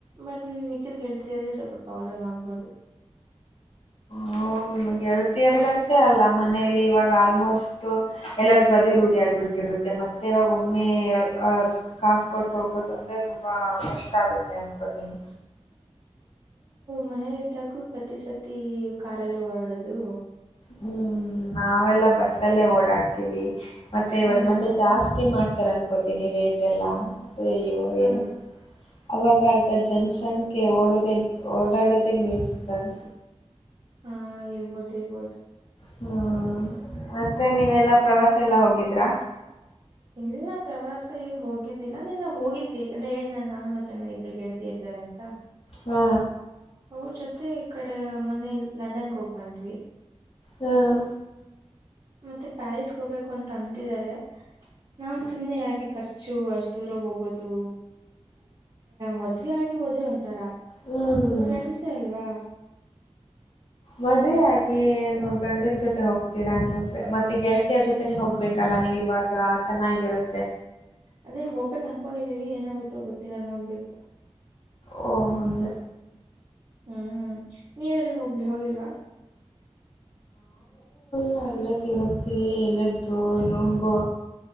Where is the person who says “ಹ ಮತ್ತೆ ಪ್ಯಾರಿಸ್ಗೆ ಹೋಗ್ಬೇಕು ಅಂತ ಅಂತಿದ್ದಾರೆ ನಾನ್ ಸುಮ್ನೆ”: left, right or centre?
Right